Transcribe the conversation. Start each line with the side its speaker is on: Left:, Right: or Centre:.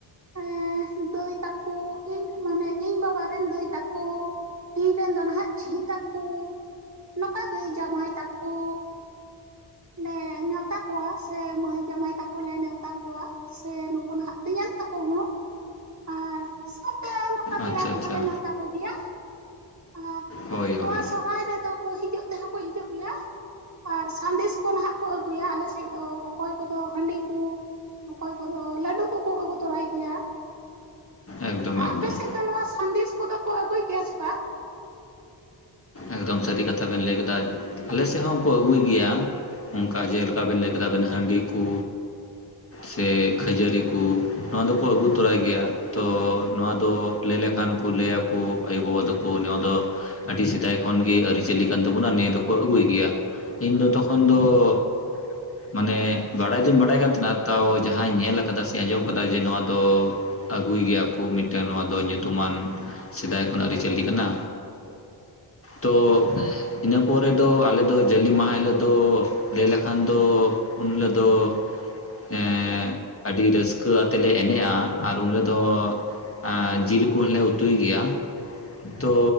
Right: ᱦᱮᱸ ᱫᱟᱹᱭ ᱛᱟᱠᱚ ᱤᱧ ᱢᱟᱱᱮ ᱤᱧ ᱵᱟᱵᱟ ᱨᱮᱱ ᱫᱟᱹᱭ ᱛᱟᱠᱚ ᱤᱧ ᱨᱮᱱ ᱫᱚ ᱱᱟᱦᱟᱜ ᱡᱷᱤ ᱛᱟᱠᱚ ᱱᱚᱠᱟ ᱜᱮ ᱡᱟᱢᱟᱭ ᱛᱟᱠᱚ ᱞᱮ ᱱᱮᱣᱛᱟ ᱠᱳᱣᱟ ᱥᱮ ᱢᱟᱹᱭ ᱡᱟᱢᱟᱭ ᱛᱟᱠᱚ ᱞᱮ ᱱᱮᱣᱛᱟ ᱠᱚᱣᱟ ᱥᱮ ᱱᱩᱠᱩ ᱱᱟᱦᱟᱜ ᱛᱮᱧᱟᱝ ᱛᱟᱠᱚ ᱦᱚᱸ ᱟᱨ ᱥᱟᱶᱛᱮ ᱱᱚᱠᱟ ᱯᱮᱲᱟ
Left: ᱟᱪᱪᱷᱟ
Right: ᱠᱚᱦᱚᱸᱞᱮ
Left: ᱟᱪᱪᱷᱟ
Right: ᱱᱮᱣᱛᱟ ᱠᱚᱜᱮᱭᱟ ᱟᱨ
Left: ᱦᱳᱭ
Right: ᱱᱚᱣᱟ
Left: ᱦᱳᱭ
Right: ᱥᱚᱦᱚᱨᱟᱭ ᱨᱮᱫᱚ ᱠᱚ ᱦᱤᱡᱩᱜ ᱛᱮᱦᱚᱸ ᱠᱚ ᱦᱤᱡᱩᱜ ᱜᱮᱭᱟ ᱟᱨ ᱥᱟᱸᱫᱮᱥ ᱠᱚ ᱱᱟᱦᱟᱜ ᱠᱚ ᱟᱹᱜᱩᱭᱟ ᱟᱞᱮ ᱥᱮᱡ ᱫᱚ ᱚᱠᱚᱭ ᱠᱚᱫᱚ ᱦᱟᱺᱰᱤ ᱠᱩ ᱚᱠᱚᱭ ᱠᱚᱫᱚ ᱞᱟᱹᱰᱩ ᱠᱚᱠᱚ ᱟᱹᱜᱩ ᱛᱚᱨᱟᱭ ᱜᱮᱭᱟ
Left: ᱮᱠᱫᱚᱢ
Right: ᱟ
Left: ᱮᱠᱫᱚᱢ
Right: ᱟᱯᱮ ᱥᱮᱫ ᱫᱚ ᱱᱚᱣᱟ ᱥᱟᱸᱫᱮᱥ ᱠᱚᱫᱚ ᱠᱚ ᱟᱹᱜᱩᱭ ᱜᱮᱭᱟ ᱥᱮ ᱵᱟᱝ
Left: ᱮᱠᱫᱚᱢ ᱥᱟᱹᱨᱤ ᱠᱟᱛᱷᱟ ᱵᱮᱱ ᱞᱟᱹᱭ ᱠᱟᱫᱟ ᱟᱞᱮ ᱥᱮᱜ ᱦᱚᱸᱠᱚ ᱟᱹᱜᱩᱭ ᱜᱮᱭᱟ ᱚᱝᱠᱟ ᱡᱮᱞᱮᱠᱟ ᱵᱮᱱ ᱞᱟᱹᱭ ᱠᱮᱫᱟ ᱟᱵᱮᱱ ᱦᱟᱺᱰᱤ ᱠᱩ
Right: <inaudible>
Left: ᱥᱮ ᱠᱷᱟᱹᱡᱟᱹᱨᱤ ᱠᱩ ᱱᱚᱣᱟ ᱫᱚᱠᱚ ᱟᱹᱜᱩ ᱛᱚᱨᱟᱭ ᱜᱮᱭᱟ ᱛᱚ ᱱᱚᱣᱟ ᱫᱚ ᱞᱟᱹᱭ ᱞᱮᱠᱷᱟᱱ ᱠᱩ ᱞᱟᱹᱭᱟᱠᱩ ᱟᱭᱩ ᱵᱟᱵᱟ ᱛᱟᱠᱩ ᱱᱚᱣᱟ ᱫᱚ ᱟᱹᱰᱤ ᱥᱮᱫᱟᱭ ᱱᱤᱴ ᱠᱷᱚᱱ ᱜᱮ ᱟᱹᱨᱤᱪᱟᱹᱞᱤ ᱠᱟᱱ ᱛᱟᱵᱚᱱᱟ ᱱᱤᱭᱟᱹ ᱫᱚᱠᱚ ᱟᱹᱜᱩᱭ ᱜᱮᱭᱟ ᱤᱧ ᱫᱚ ᱛᱚᱠᱷᱚᱱ ᱫᱚ ᱾ ᱢᱟᱱᱮ ᱵᱟᱲᱟᱭ ᱫᱚᱧ ᱵᱟᱲᱟᱭ ᱠᱟᱱ ᱛᱟᱦᱮᱱᱟ ᱛᱟᱣ ᱡᱟᱦᱟᱸᱧ ᱧᱮᱞ ᱠᱟᱫᱟ ᱥᱮ᱾ ᱜᱮ ᱟᱸᱡᱚᱢ ᱠᱟᱫᱟ ᱡᱮ ᱱᱚᱣᱟ ᱫᱚ ᱟᱹᱜᱩᱭ ᱜᱮᱭᱟ ᱠᱚ ᱢᱤᱫᱴᱟᱱ ᱱᱚᱣᱟ ᱫᱚ ᱧᱩᱛᱩᱢᱟᱱ᱾ ᱥᱮᱫᱟᱭ ᱠᱷᱚᱱᱟᱜ ᱟᱹᱨᱤᱪᱟᱹᱞᱤ ᱠᱟᱱᱟ᱾ ᱛᱚ᱾ ᱤᱱᱟᱹ ᱯᱚᱨᱮ ᱫᱚ ᱟᱞᱮᱚ ᱡᱟᱞᱤ ᱢᱟᱦᱟ ᱦᱤᱞᱳᱜ ᱫᱚ ᱞᱟᱹᱭ ᱞᱮᱠᱷᱟᱱ ᱫᱚ ᱩᱱ ᱦᱤᱞᱳᱜ ᱫᱚ᱾ ᱦᱮ ᱟᱹᱰᱤ ᱨᱟᱹᱥᱠᱟᱹ ᱟᱛᱮ ᱞᱮ ᱮᱱᱮᱜ-ᱟ ᱟᱨ ᱩᱞᱮ ᱫᱚ ᱟ ᱡᱤᱞ ᱠᱚᱦᱚᱸᱞᱮ ᱩᱛᱩᱭ ᱜᱮᱭᱟ ᱛᱚ